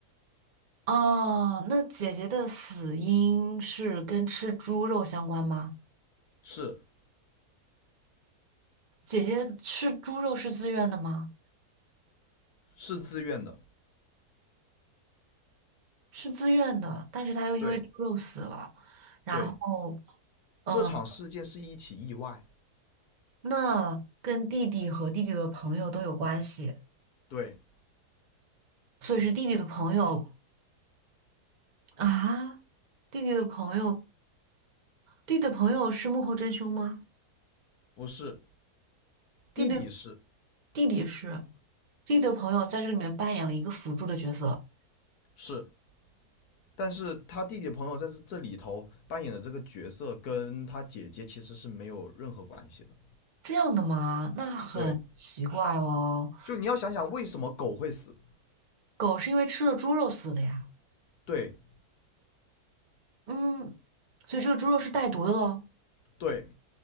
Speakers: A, on the right (about 45°); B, on the left (about 70°).
A: 哦，那姐姐的死因是跟吃猪肉相关吗？
B: 是
A: 姐姐吃猪肉是自愿的吗？
B: 是自愿的，
A: 是自愿的，但是她又因为猪肉死了。
B: 对
A: 然后，
B: 对，
A: 嗯、
B: 这场事件是一起意外。
A: 那跟弟弟和弟弟的朋友都有关系，
B: 对，
A: 所以是弟弟的朋友啊，弟弟的朋友，弟弟的朋友是幕后真凶吗？
B: 不是，
A: 弟弟
B: 弟弟是
A: 弟弟是，弟弟的朋友在这里面扮演了一个辅助的角色，
B: 是，但是他弟弟的朋友在这这里头扮演的这个角色跟他姐姐其实是没有任何关系的。
A: 这样的吗？那很奇怪哦。
B: 对，就你要想想为什么狗会死。
A: 狗是因为吃了猪肉死的呀，
B: 对
A: 嗯，所以这个猪肉是带毒的喽。
B: 对，